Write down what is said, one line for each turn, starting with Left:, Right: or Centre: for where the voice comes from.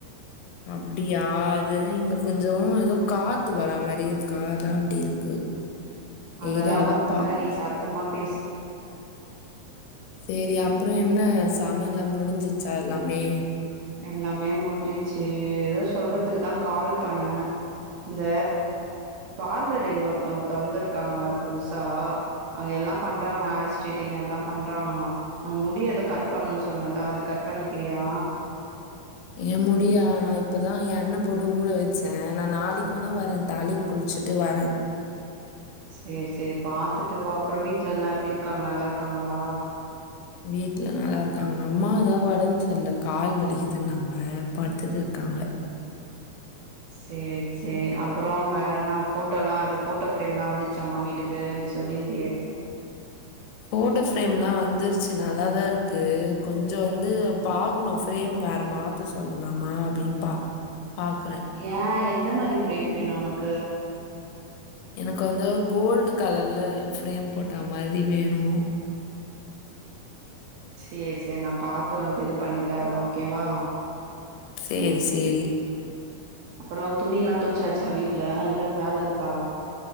Left: அப்டியா அது இங்க கொஞ்சோ எதோ காத்து வரா மாரியே இருக்கா அதா அப்டி இருக்கு
Right: அதெல்லா
Left: ஏறு அதான்
Right: ஒண்ணு
Left: பா.
Right: இல்ல நீ சத்தமா பேசு
Left: சேரி அப்றோ என்ன சமையல்லா முடிஞ்சிச்சா எல்லாமே
Right: எல்லாமே முடிஞ்சிச்சி எதோ சொல்றத்துக்குதா கால் பண்ண இந்த பார்லர் இங்க ஒருத்தவங்கத் தொர்ந்துர்க்காங்க புதுசா அங்க எல்லா பண்றாங்ளா ஹேர் ஸ்டேட்டிங் எல்லா பண்றாங்களா உனு முடிய எதோ கட் பண்ணு சொன்னல்ல வந்து கட் பண்ணிக்கிறியா
Left: ஏ முடிய ஆனா இப்பதா எண்ண போட்டு ஊற வச்சே நா நாளிக்கு வேணா வறே தாலி குள்ச்சுட்டு வரே
Right: சேர் சேர் பாத்துட்டு வா அப்ற வீட்ல எல்லா எப்டி இருக்காங்க நல்லார்க்காங்களா
Left: வீட்ல எல்லா நல்லார்க்காங்க அம்மாதா ஒடம் சர்ல கால் வலிக்கிதுன்னாங்க படுத்துட்டு இர்க்காங்க
Right: சேர் சேர் அப்பறோ வேற என்ன போட்டோலா அந்த போட்டோ ஃப்ரேம்லா வந்துச்சாமா வீட்டுக் கு நீ சொல்லிந்தியே
Left: போட்டோ ஃப்ரேம்லாம் வந்துருச்சு நல்லாதான் இருக்கு கொஞ்சோ வந்து பாக்கணும் ஃப்ரேம் வேற மாத் த சொல்லலாமா அப்டின் பா பாக்குறே
Right: ஏன் எந்த மாரி ஃப்ரேம் வேணும் உனக்கு
Left: எனக்கு வந்து கோல்டு கலர்ல ஃப்ரேம் போட்ட மாரி வேணும்
Right: சேர் சேர் நான் பாத்து உனக்கு இது பண்ணி தர ஓகேவா
Left: சேர் சேரி
Right: அப்பறோ துணிலா துவச்சாச்சா வீட்ல இல்ல வேல இருக்கா